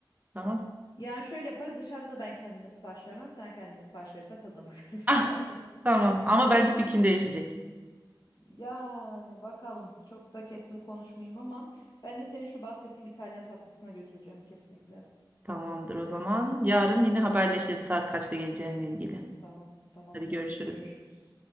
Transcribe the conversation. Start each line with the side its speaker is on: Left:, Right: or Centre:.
Right: Tamam.
Left: Yani şöyle yaparız dışarıda da ben kendime sipariş vermem. Sen kendine sipariş verirsen tadına bakarım <laughs> sadece.
Right: Ah, tamam ama bence fikrin değişecek.
Left: Yani bakalım çok da kesin konuşmayayım ama ben de seni şu bahsettiğim İtalyan tatlıcısına götüreceğim kesinlikle.
Right: Tamamdır o zaman. Yarın yine haberleşiriz saat kaçta geleceğinle ilgili.
Left: Tamam tamam
Right: Hadi
Left: canım
Right: görüşürüz.
Left: görüşürüz.